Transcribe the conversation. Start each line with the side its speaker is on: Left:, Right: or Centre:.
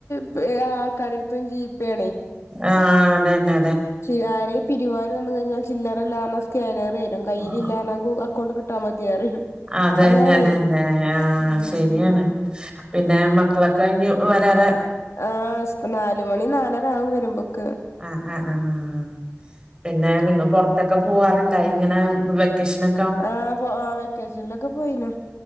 Left: <unintelligible> ആൾക്കാരട്ത്തും ജീപ്പേണേ.
Right: ആ അതെന്നെ
Left: ച്ചി ആരെ പിരിവാര് വന്ന് കഴിഞ്ഞാ ചില്ലറയില്ലാതെ വന്ന സ്കാനറെ ഉം കയ്യിലില്ലാണ
Right: ആ
Left: ഗു അക്കൗണ്ട് കിട്ടാ മതി അറയും
Right: അതന്നെ
Left: അതാണെയേ
Right: അതന്നെ ആഹ്
Left: ഉം
Right: ശരിയാണ് പിന്നെ മക്കളൊക്കെ ഞ്ഞി വെരാറെ
Left: ആ സ്‌കു നാലുമണി നാലരാവും വരുമ്പക്ക്
Right: ആഹ് ആഹ് ആഹ് പിന്നെ നിങ്ങ പൊർത്തെക്കെ പോവാറുണ്ട ഇങ്ങനെ വെക്കേഷനെ
Left: ആ പൊ ആ വെക്കേഷൻലൊക്കെ പോയിനു